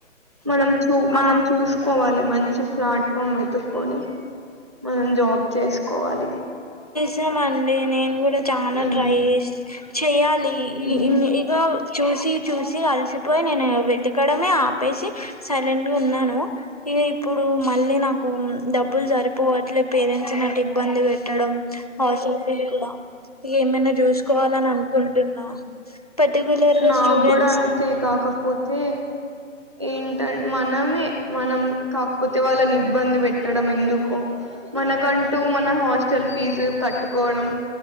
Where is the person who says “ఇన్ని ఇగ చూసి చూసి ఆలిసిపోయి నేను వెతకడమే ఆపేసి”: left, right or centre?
Left